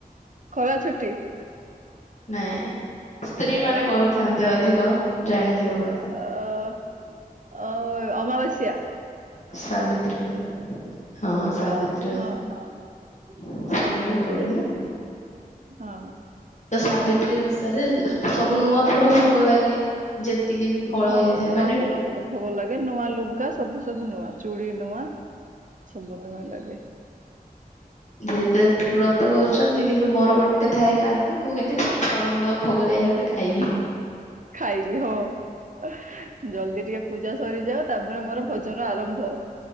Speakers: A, on the right; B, on the left.
A: ଖରା ଛୁଟି।
B: ନାଇଁ ସ୍ତ୍ରୀ ମାନେ
A: ଆଉ
B: କରୁଥାନ୍ତି ଅଧିକ, ଜାଣିଥିବ କଥା।
A: ଅ ଅ ଅମବାସ୍ୟା?
B: <unintelligible> ହଁ ସାବିତ୍ରୀ
A: ଅ ହଁ
B: ଅ
A: ହଁ
B: <unintelligible>
A: ହଁ ହଁ।
B: <unintelligible> ସାବିତ୍ରୀ ଓଷା ରେ, ସବୁ ନୂଆ ଫଳ ଭୋଗ ଲାଗେ। ଯେତିକି ବି ଫଳ
A: ହଁ
B: ହେଇଥାଏ,
A: ନୂଆ
B: ମାନେ
A: ଫଳ ଭୋଗ ଭୋଗ ଲାଗେ ନୂଆ ଲୁଗା, ସବୁ ସବୁ ନୂଆ ଚୁଡି ନୂଆ, ସବୁ ନୂଆ ଲାଗେ।
B: ଯେହେତୁ ଏତେ ବ୍ରତ କରୁଛନ୍ତି କିନ୍ତୁ ମୋର ଗୋଟେ ଥାଏ କାରଣ ମୁଁ କେମିତି <inaudible> ଫଳମୂଳ ଭୋଗ ଲାଗିଲା ପରେ
A: <unintelligible>
B: ଖାଇବି।
A: ଖାଇବି ହଁ। ଜଲଦି ଟିକେ ପୂଜା ସରିଯାଉ ତାପରେ ମୋର ଭୋଜନ ଆରମ୍ଭ।